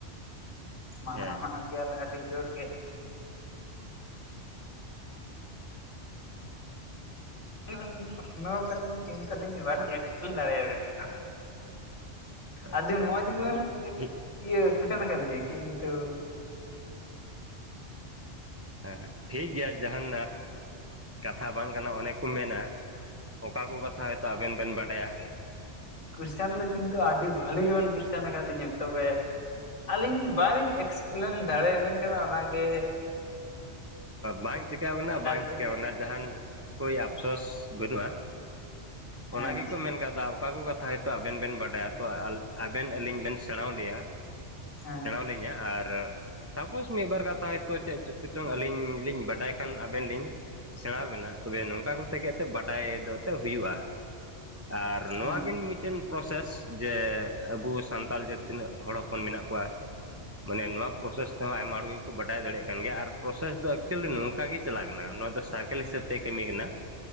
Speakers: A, on the left; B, on the right.
A: ᱢᱟᱱᱟᱣ
B: ᱦᱮᱸ
A: ᱜᱮᱭᱟ ᱞᱮ ᱟᱹᱰᱤ ᱡᱳᱨ ᱜᱮ <unintelligible> ᱯᱚᱥᱱᱳ ᱠᱟᱫ ᱞᱤᱧᱟ ᱠᱤᱱᱛᱩ ᱟᱞᱤᱧ ᱵᱟᱝᱞᱤᱧ ᱮᱠᱥᱯᱮᱞᱮᱱ ᱫᱟᱲᱮᱭᱟ ᱵᱮᱱ ᱠᱟᱱᱟ
B: ᱟᱪᱪᱷᱟ
A: ᱟᱹᱰᱤ ᱢᱚᱡ
B: ᱟᱪᱪᱷᱟ
A: ᱜᱮᱵᱮᱱ
B: ᱴᱷᱤᱠ
A: ᱤᱭᱟᱹ ᱠᱳᱥᱪᱮᱱ ᱠᱟᱫ ᱞᱤᱧᱟᱹ ᱠᱤᱱᱛᱩ
B: ᱦᱮᱸ ᱴᱷᱤᱠ ᱜᱮᱭᱟ ᱡᱟᱦᱟᱱ ᱠᱟᱛᱷᱟ ᱵᱟᱝ ᱠᱟᱱᱟ ᱚᱱᱮ ᱠᱚ ᱢᱮᱱᱟ ᱚᱠᱟ ᱠᱚ ᱠᱟᱛᱷᱟ ᱦᱚᱭᱛᱚ ᱟᱵᱮᱱ ᱵᱮᱱ ᱵᱟᱰᱟᱭᱟ
A: ᱠᱳᱥᱪᱟᱱ ᱫᱚ ᱠᱤᱱᱛᱩ ᱟᱹᱰᱤ ᱵᱷᱟᱹᱞᱤ ᱜᱮᱵᱮᱱ ᱠᱳᱥᱪᱟᱱ ᱟᱠᱟᱫ ᱞᱤᱧᱟᱹ ᱛᱚᱵᱮ ᱟᱹᱞᱤᱧ ᱵᱟᱞᱤᱧ ᱮᱠᱥᱯᱞᱮᱱ ᱫᱟᱲᱮᱭᱟᱵᱮᱱ ᱠᱟᱱᱟ ᱚᱱᱟᱜᱮᱻ
B: ᱵᱟᱝ ᱪᱤᱠᱟᱣ ᱠᱟᱱᱟ ᱵᱟᱝ
A: ᱪᱮᱫ
B: ᱪᱤᱠᱟᱣ
A: ᱞᱤᱧ
B: ᱠᱟᱱᱟ
A: ᱞᱟᱹᱭᱟ
B: ᱡᱟᱦᱟᱱ ᱠᱳᱭ ᱟᱯᱥᱳᱚᱥ ᱵᱟᱹᱱᱩᱜᱼᱟ
A: ᱦᱮᱸ
B: ᱚᱱᱟ ᱜᱮᱠᱚ ᱢᱮᱱ ᱠᱟᱫᱟ ᱚᱠᱟ ᱠᱚ ᱠᱟᱛᱷᱟ ᱦᱚᱭᱛᱚ ᱟᱵᱮᱱ ᱵᱮᱱ ᱵᱟᱰᱟᱭᱟ ᱛᱚ ᱟᱵᱮᱱ ᱟᱹᱞᱤᱧ ᱵᱮᱱ ᱥᱮᱸᱲᱟᱣ ᱞᱮᱭᱟ
A: ᱦᱮᱸ
B: ᱥᱮᱸᱲᱟ ᱞᱤᱧᱟ ᱟᱨ ᱥᱟᱯᱳᱥ ᱢᱤᱫ ᱵᱟᱨ ᱠᱟᱛᱷᱟ ᱦᱚᱭᱛᱚ ᱪᱮᱫᱼᱼ ᱟᱹᱞᱤᱧ ᱞᱤᱧ ᱵᱟᱰᱟᱭ ᱠᱷᱟᱱ ᱟᱵᱮᱱ ᱞᱤᱧ ᱥᱮᱸᱲᱟ ᱟᱵᱮᱱᱟ ᱛᱚᱵᱮ ᱱᱚᱱᱼᱼ ᱚᱠᱟ ᱠᱚᱛᱮ ᱜᱮ <unintelligible> ᱵᱟᱰᱟᱭ ᱫᱚ ᱛᱚ ᱦᱩᱭᱩᱜᱼᱟ ᱟᱨ
A: ᱦᱮᱸ
B: ᱱᱚᱣᱟ
A: ᱦᱮᱸ ᱦᱮᱸ
B: ᱠᱤᱱ ᱢᱤᱫᱴᱮᱱ ᱯᱨᱚᱥᱮᱥ ᱡᱮ ᱟᱵᱚ ᱥᱟᱱᱛᱟᱲ ᱡᱟᱹᱛ ᱛᱤᱱᱟᱹᱜ ᱦᱚᱲ ᱦᱚᱯᱚᱱ ᱢᱮᱱᱟᱜ ᱠᱚᱣᱟ ᱢᱟᱱᱮ ᱱᱚᱣᱟ ᱯᱨᱚᱥᱮᱥ ᱛᱮᱦᱚᱸ ᱟᱭᱢᱟ ᱦᱚᱲ ᱜᱮ ᱠᱚ ᱵᱟᱰᱟᱭ ᱫᱟᱲᱮᱭᱟᱜ ᱠᱟᱱ ᱜᱮᱭᱟ ᱟᱨ ᱯᱨᱚᱥᱮᱥ ᱫᱚ ᱮᱠᱪᱩᱞᱤ ᱱᱚᱝᱠᱟ ᱜᱮ ᱪᱟᱞᱟᱜ ᱠᱟᱱᱟ ᱱᱚᱣᱟ ᱫᱚ ᱥᱟᱨᱠᱮᱞ ᱦᱤᱥᱟᱹᱵ ᱛᱮ ᱠᱟᱹᱢᱤ ᱠᱟᱱᱟ।